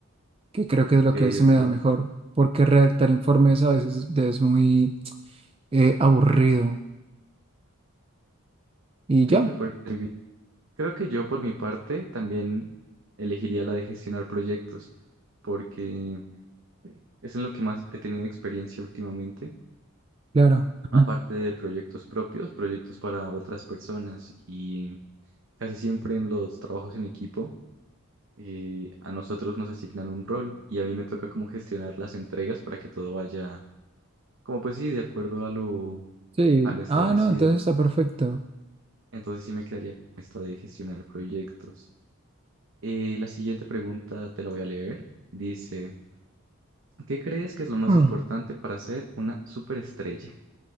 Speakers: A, on the right; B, on the right.
A: que creo que
B: Ok,
A: es lo que se
B: ok.
A: me da mejor, porque redactar informes a veces es, es muy eh, aburrido. Y
B: Ok,
A: ya,
B: me parece muy bien. Creo que yo por mi parte también elegiría la de gestionar proyectos, porque es en lo que más he tenido experiencia últimamente,
A: claro.
B: aparte
A: <laughs>
B: de proyectos propios, proyectos para otras personas y casi siempre en los trabajos en equipo. eh, a nosotros nos asignan un rol y a mí me toca como gestionar las entregas para que todo vaya, como pues sí, de acuerdo a lo,
A: Sí,
B: a lo establecido.
A: ah, no, entonces está perfecto.
B: Entonces sí me quedaría con esto de gestionar proyectos. Eh, la siguiente pregunta te la voy a leer. Dice, ¿qué crees que es lo más
A: Mm.
B: importante para ser una superestrella?